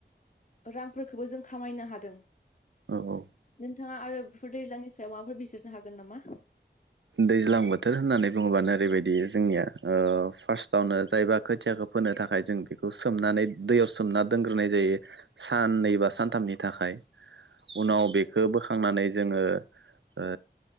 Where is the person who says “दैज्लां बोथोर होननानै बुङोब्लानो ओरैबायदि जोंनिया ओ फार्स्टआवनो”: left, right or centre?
Right